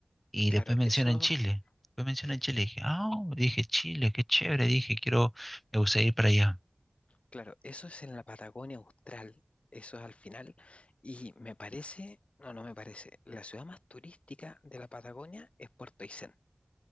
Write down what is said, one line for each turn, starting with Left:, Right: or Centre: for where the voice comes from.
Centre: Y
Left: Claro,
Centre: después mencionan
Left: eso,
Centre: Chile, después mencionan Chile,
Left: eh,
Centre: dije, ah, dije, Chile, qué chévere, dije, quiero, me gusta ir para allá.
Left: claro, eso es en la Patagonia Austral. Eso es al final. Y me parece, no, no me parece. La ciudad más turística de la Patagonia es Puerto Aysén.